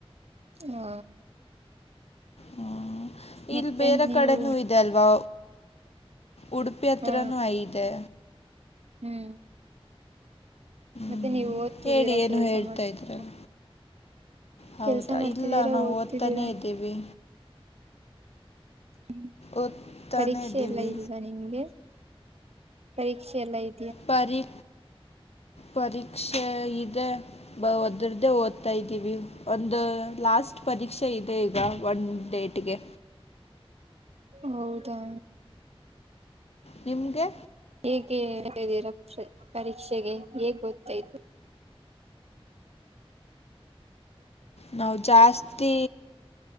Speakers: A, on the right (about 85°); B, on the left (about 80°).
A: ಹಾ
B: ಹ್ಮ್
A: ಮತ್ತೆ
B: ಇಲ್ಲಿ ಬೇರೆ
A: ನೀವು
B: ಕಡೆನೂ ಇದೆ ಅಲ್ವಾ ಉಡುಪಿ ಹತ್ರಿೂ
A: ಹಾ
B: ಐದೆ
A: ಹ್ಮ್ ಮತ್ತೆ
B: ಹ್ಮ್
A: ನೀವ್ ಓದ್ತಿದ್ದೀರಾ
B: ಹೇಳಿ ಏನು
A: ಕೆಲ್ಸ
B: ಹೇಳ್ತಾ
A: ಮಾಡ್ತಿದ್ದೀರಾ
B: ಇದ್ರಲ್ಲ ಹೌದಾ
A: ಕೆಲ್ಸ ಮಾಡ್ತಿದ್ದೀರಾ
B: ಇಲ್ಲ ನಾವು
A: ಓದ್ತಿದ್ದೀರಾ
B: ಓದ್ತಾನೇ ಇದ್ದೀವಿ
A: ಹ್ಮ್
B: ಓದ್ತಾನೆ
A: ಪರೀಕ್ಷೆ
B: ಇದ್ದೀವಿ
A: ಎಲ್ಲಾ ಇಲ್ವಾ ನಿಮ್ಗೆ ಪರೀಕ್ಷೆ ಎಲ್ಲ ಇ
B: ಪರಿ ಪರೀಕ್ಷೆ ಇದೆ ಬ ಒದ್ರ್ದೇ ಓದ್ತಾ ಇದ್ದೀವಿ ಒಂದು ಲಾಸ್ಟ್ ಪರೀಕ್ಷೆ ಇದೆ ಈಗ ಒನ್ ಡೇಟ್ಗೆ
A: ಹೌದಾ
B: ನಿಮ್ಗೆ
A: ಹೇಗೆ ಹೇಳ್ಿದ್ದೀರ ಪರೀಕ್ಷೆಗೆ ಹೇಗ್ ಗೊತ್ತಾಯತ
B: ನಾವು ಜಾಸ್ತಿ